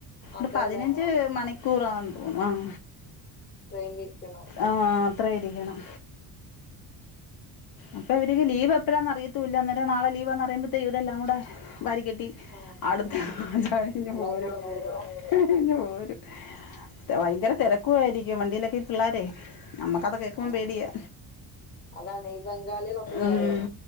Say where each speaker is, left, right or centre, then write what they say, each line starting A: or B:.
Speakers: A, on the left (about 25°); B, on the left (about 60°).
A: അതെല്ലേ
B: ട് പതിനഞ്ച്
A: ആഹ്
B: മണി കൂറാം അം.
A: ട്രെയിൻലിരിക്കണോ?
B: ആഹ് അത്രെ ഇരിക്കണം. അപ്പോ അവര്ക്ക് ലീവ് എപ്പഴാന്ന് അറിയത്തൂല്ല അന്നേരം നാളെ ലീവാന്ന് അറിയുമ്പഴത്തേ വരെല്ലാം കൂടെ വാരിക്കെട്ടി.
A: ആഹ്
B: അടുത്ത ആചാങ്ങ്
A: എല്ലാരും
B: പോരും
A: കൂടെ പോരോ
B: ഇങ്ങ് പോരും. ഭയങ്കര തിരക്കുവായിരിക്കും വണ്ടീലൊക്കെ ഇപിള്ളോരേ നമ്മുക്കത് കേക്കുമ്പോം
A: ആഹ്
B: പേടിയാ.
A: അതാണ് ഈ ബംഗാളികളൊക്കെ കേറുവേ
B: ഉം